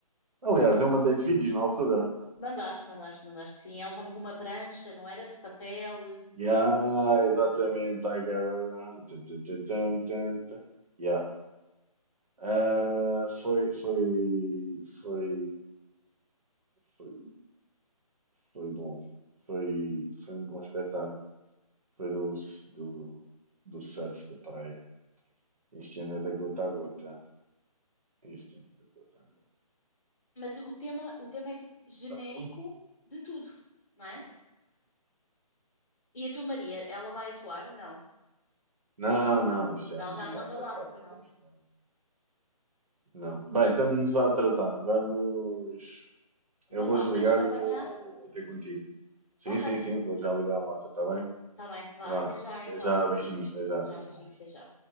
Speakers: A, on the right; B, on the left.
A: Aliás, eu mandei-te vídeos na altura.
B: Mandaste, mandaste, mandaste sim. Elas estavam com uma prancha, não era de papel,
A: Yeah, exatamente. I got around. Tu, tu, tu, tum, tum, tum. Yeah. Ah, foi, foi, foi, foi, foi bom. Foi, foi um bom espetáculo. Foi do, do, do surf da praia. Isto ainda é da gota a gota. Isto ainda é da gota a
B: mas o tema o tema é, tipo, genérico
A: gota.
B: de tudo, não é. E a tua Maria, ela vai atuar? Não.
A: Não, não, isto já,
B: Ela
A: Maria,
B: já não
A: já
B: anda
A: faz
B: lá,
A: parte
B: pois
A: de
B: não?
A: outras coisas. Não. Bem, estamos a atrasar. Vamos.
B: Então
A: Eu vou
B: vá,
A: desligar
B: vens-me apanhar?
A: e vou ter contigo. Sim,
B: Ok,
A: sim, sim, vou já ligar a moto, está bem?
B: está bem, vá,
A: Vá.
B: até já
A: Até
B: então.
A: já, beijinhos, até já,
B: Até
A: até
B: já,
A: já,
B: beijinho,
A: beijinhos.
B: até já.